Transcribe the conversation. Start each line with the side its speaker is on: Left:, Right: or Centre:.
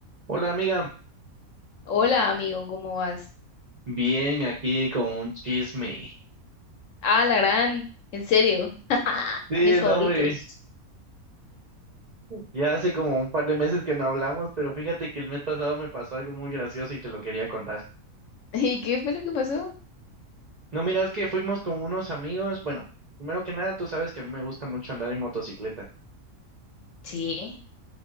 Right: Hola amiga,
Left: Hola, amigo, ¿cómo vas?
Right: bien aquí con un chisme.
Left: Ah, la gran, en serio. <laughs>
Right: Sí,
Left: Mis favoritos.
Right: no, hombre, ya hace como un par de meses que no hablamos, pero fíjate que el mes pasado me pasó algo muy gracioso y te lo quería contar.
Left: ¿Y qué fue lo que pasó?
Right: No, mira, es que fuimos con unos amigos, bueno, primero que nada, tú sabes que a mí me gusta mucho andar en motocicleta.
Left: Sí.